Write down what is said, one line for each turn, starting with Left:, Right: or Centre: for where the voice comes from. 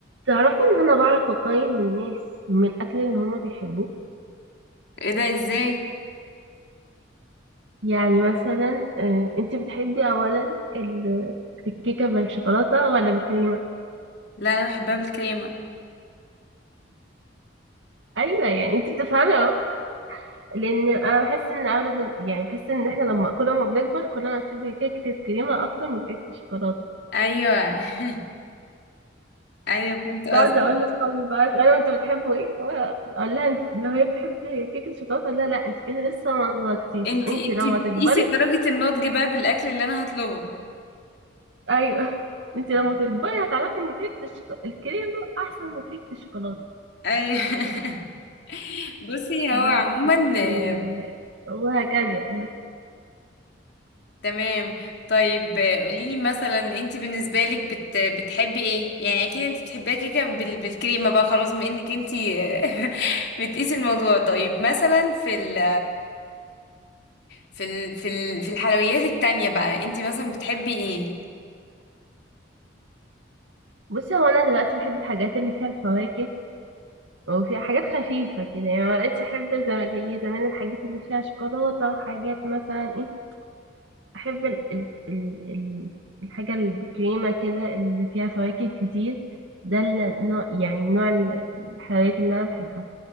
Right: تعرفي ان انا بعرف اقيم الناس من الاكل اللي هما بيحبوه
Left: ايه ده ازاي
Right: يعني مثلا آه، انت بتحبي اولا ال- الكيكه بالشوكولاته ولا بالكريمه
Left: لا انا بحبها بالكريمه
Right: ايوه يعني انت بتفهمي اهو لان انا بحس ان اغلب يعني بحس ان احنا لما كل ما بنكبر كل ما نحب كيكه الكريمه اكتر من كيكه الشوكولاته
Left: ايوه <laughs> ايوه فهمت قصدي
Right: بقعد اقول لاصحابي بقى انا انتوا بتحبوا ايه اقول لها انت- لو هي بتحب كيكه الشوكولاته لا لا انت كده لسه ما نضجتيش
Left: انتي
Right: انت
Left: انتي
Right: لما
Left: بتقيسي
Right: تكبري
Left: درجه النضج بقى بالاكل اللي انا هطلبه
Right: ايوه <laughs> انت لما تكبري هتعرفي ان كيكه الشوك- الكريمه احسن من كيكه الشوكولاته
Left: ايوه <laughs> بصي هو
Right: بس
Left: عموما آه،
Right: و... وهكذا
Left: تمام طيب آه، قوليلي مثلا انتي بالنسبه لك بت... بتحبي ايه يعني اكيد انتي بتحبيها كيكه بال... بالكريمه بقى خلاص بما انك انتي آه، <laughs> بتقيسي الموضوع طيب مثلا في ال... في ال... في ال... في الحلويات التانية بقى انتي مثلا بتحبي ايه
Right: بصي هو انا دلوقتي بحب الحاجات اللي فيها الفواكه وفيها حاجات خفيفه كده يعني ما بقتش احب زم- زي زمان الحاجات اللي فيها شوكولاته وحاجات مثلا ايه احب ال... ال... ال... ال... الحاجه اللي بالكريمه كده اللي فيها فواكه كتير ده النوع يعني نوع ال- الحلويات اللي انا بحبها